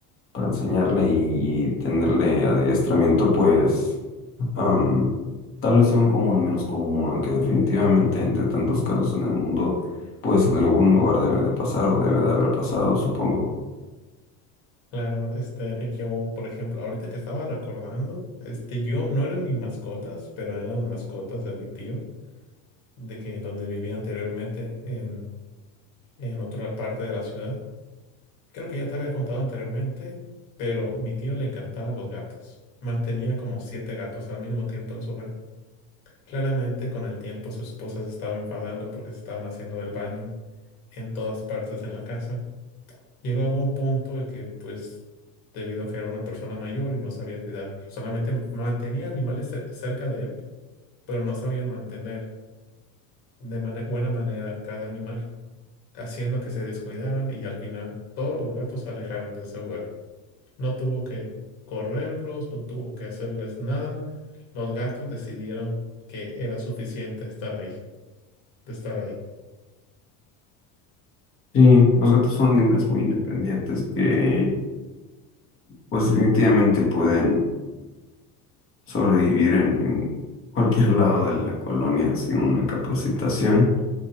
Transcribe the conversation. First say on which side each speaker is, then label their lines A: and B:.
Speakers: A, on the left; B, on the left.
A: para enseñarle y tenerle adiestramiento, pues... Am, tal vez sea un común menos común, aunque definitivamente entre tantos casos en el mundo, pues en algún lugar debe de pasar o debe de haber pasado, supongo.
B: Claro, este, yo, por ejemplo, ahorita que estaba recordando, este, yo no eran mis mascotas, pero eran mascotas de mi tío, de que donde vivía anteriormente en, en otra parte de la ciudad. Creo que ya te había contado anteriormente, pero mi tío le encantaban los gatos. Mantenía como siete gatos al mismo tiempo en su hogar. Claramente, con el tiempo, su esposa se estaba enfadando porque se estaban haciendo del baño en todas partes en la casa. Llegaba a un punto de que, pues, debido a que era una persona mayor y no sabía cuidar, solamente m- mantenía animales cer- cerca de él, pero no sabía mantener de mane- buena manera cada animal, haciendo que se descuidaran y al final todos los gatos se alejaron de ese hogar. No tuvo que correrlos, no tuvo que hacerles nada. Los gatos decidieron que era suficiente estar ahí, de estar ahí.
A: Sí, los gatos son animales muy independientes que pues definitivamente pueden sobrevivir en, en cualquier lado de la colonia sin una capacitación.